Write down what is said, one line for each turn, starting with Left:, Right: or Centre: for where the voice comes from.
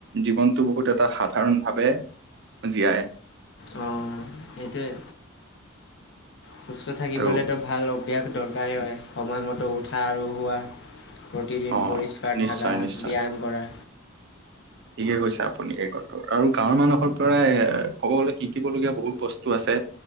Right: জীৱনতটো বহুত এটা সাধাৰণ ভাৱে। জিয়ায়
Left: অ এইটোৱে। সুস্থ থাকিবলৈতো
Right: আৰু
Left: ভাল অভ্যাস দৰকাৰেই হয় সময়মতেো উঠা আৰু হোৱা। প্ৰতিদিন
Right: অ
Left: পৰিষ্কাৰ
Right: নিশ্চয়
Left: থকা
Right: নিশ্চয়
Left: ব্যায়াম কৰা।
Right: ঠিকে কৈছে আপুনি এই কথা আৰু গাঁৱৰ মানুহৰ পৰাই এ ক'ব গ। শিকিবলগীয়া বহুত বস্তু আছে।